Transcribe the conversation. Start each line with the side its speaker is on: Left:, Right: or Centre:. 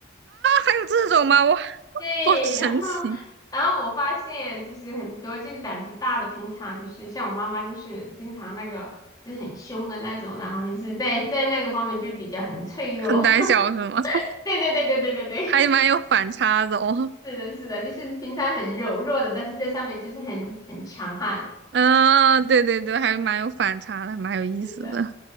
Right: 还有这种吗？哇，
Left: 对，
Right: 好神奇，
Left: 然后然后我发现就是很多就是胆子大的，平常就是像我妈妈就是经常那个就是很凶的那种，然后就是在在那个方面就是比较很脆弱。
Right: 很胆小是吗？
Left: <laughs>
Right: <laughs>
Left: 对对对对对对对，
Right: 还蛮有反差的哦。
Left: <laughs> 是的，是的，就是平常很柔弱的，但是在上面就是很很强悍。
Right: 嗯、对对对，还蛮有反差的，蛮有意思的。
Left: 是的。